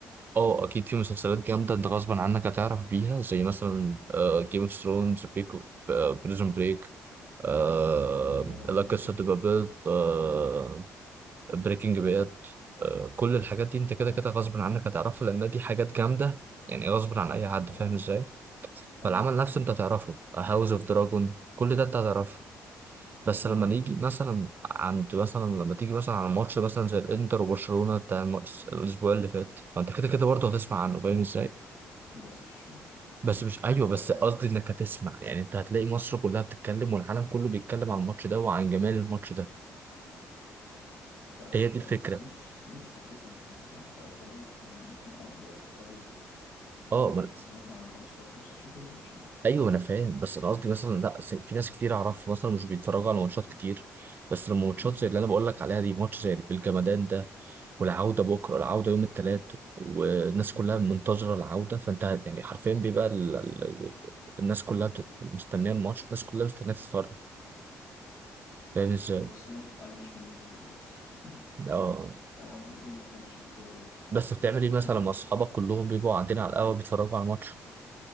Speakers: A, on the right (about 40°); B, on the left (about 85°).
A: اه اكيد في مسلسلات جامده انت غصبا عنك هتعرف بيها زي مثلا جيم اوف ثرونز بريزون بريك آه
B: مم، جامد
A: لا
B: بريزون
A: قصة تبقى
B: بريك
A: بيض آه بريكنج باد آه كل الحاجات دي انت كده
B: اه
A: كده غصب عنك هتعرفها لان دي حاجات جامدة يعني غصب عن اي حد
B: اه
A: فاهم ازاي
B: فاهمك
A: فالعمل نفسه
B: اه
A: انت هتعرفه هاوس اوف دراجون كل ده انت هتعرفه بس
B: بقعد-
A: لما نيجي مثلا عند مثلا لما تيجي مثلا على ماتش مثلا زي الانتر وبرشلونة بتاع الم- الاسبوع اللي فات فانت كده كده برضه هتسمع عنه فاهم ازاي
B: بس مش هشوف
A: بس
B: يعني
A: مش
B: مش
A: ايوه
B: هضيع
A: بس
B: وقت
A: قصدي
B: عليه
A: انك هتسمع يعني انت هتلاقي مصر كلها بتتكلم والعالم كله بيتكلم عن الماتش ده وعن جمال الماتش ده
B: فاهمك
A: هي دي
B: اه
A: الفكره
B: بس مش مش هشوف الماتش أنا بكلمك فانا ممكن اقضي وقت فراغي ازاي لازم
A: اه
B: عشان
A: ما...
B: سمعت عن الماتش فرحش اشوف الماتش يعني
A: ايوه انا فاهم بس انا قصدي مثلا لا س- في ناس كتير اعرفها مثلا مش بيتفرجوا على ماتشات كتير بس لما ماتشات
B: مم.
A: زي اللي انا بقول لك عليها دي ماتش زي بالجمدان ده والعوده بكره العوده يوم الثلاث والناس
B: مم.
A: كلها منتظره العوده فانت يعني حرفيا بيبقى ال... ال... ال- الناس كلها بتت... مستنيه الماتش الناس كلها مستنيه تتفرج فاهم ازاي؟
B: بس انا انا مش من الناس دي للاسف
A: اه
B: <laughs> انا مش- ممكن ما بحبش الكوره بس بس
A: بس بتعمل
B: ممكن
A: ايه مثلا
B: أنا-
A: مع اصحابك كلهم بيبقوا قاعدين على القهوه بيتفرجوا على الماتش